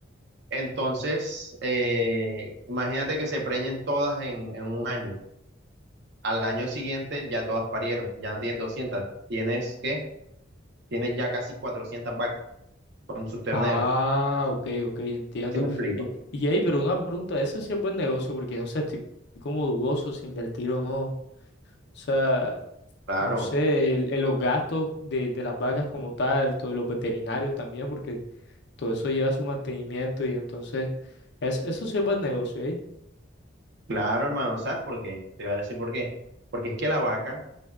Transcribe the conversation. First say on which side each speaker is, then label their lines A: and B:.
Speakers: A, on the right (about 60°); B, on the left (about 60°).
A: Entonces, eh, imagínate que se preñen todas en, en un año. Al año siguiente ya todas parieron, ya no tienes 200, tienes que, tienes ya casi 400 vacas con sus terneros.
B: Ah, ok, ok, entiendo.
A: ¿Sí me explico?
B: Y, y ahí, pero una pregunta, eso sí es buen negocio, porque no sé, estoy como dudoso si invertir o no. O sea,
A: Claro,
B: no sé, el- el- los gastos de, de las vacas como tal, todos los veterinarios también, porque todo eso lleva su mantenimiento y entonces, es, eso sí es buen negocio, ¿eh?
A: claro, hermano, ¿sabes por qué? Te voy a decir por qué. Porque es que la vaca